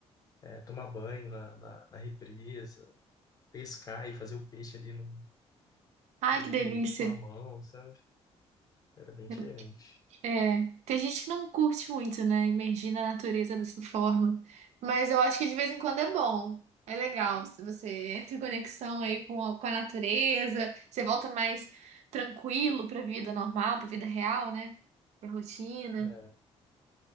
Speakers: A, on the left; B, on the right.
A: é, tomar banho na, na, na represa, pescar e fazer o peixe ali no,
B: Ai,
A: meio
B: que
A: que
B: delícia.
A: com a mão, sabe? Era bem diferente.
B: Eu- É, tem gente que não curte muito, né? Imergir na natureza dessa forma. Mas eu acho que de vez em quando é bom. É legal. Se você entra em conexão aí com a, com a natureza, você volta mais tranquilo pra vida normal, pra vida real, né? Pra rotina.
A: É,